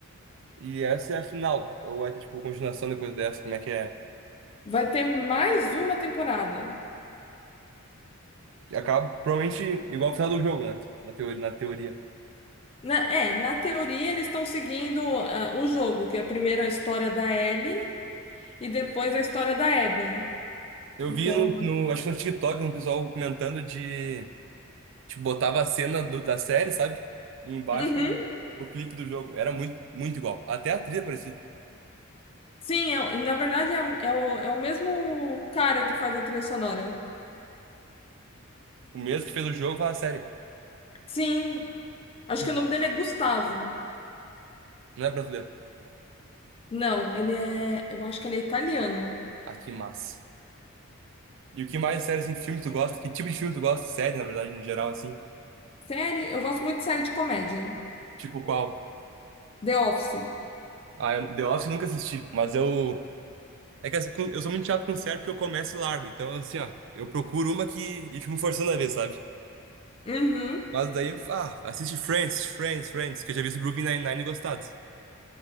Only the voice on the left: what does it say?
Vai ter mais uma temporada.
Na, é, na teoria eles estão seguindo ah, o jogo, que é primeiro a história da Ellie e depois a história da Abby.
Então,
uhum.
Sim, é, na verdade é, é o, é o mesmo cara que faz a trilha sonora.
Sim, acho
que
o nome dele é Gustavo.
Não, ele é. Eu acho que ele é italiano.
Série, eu gosto muito de série de comédia.
The Office.
Uhum.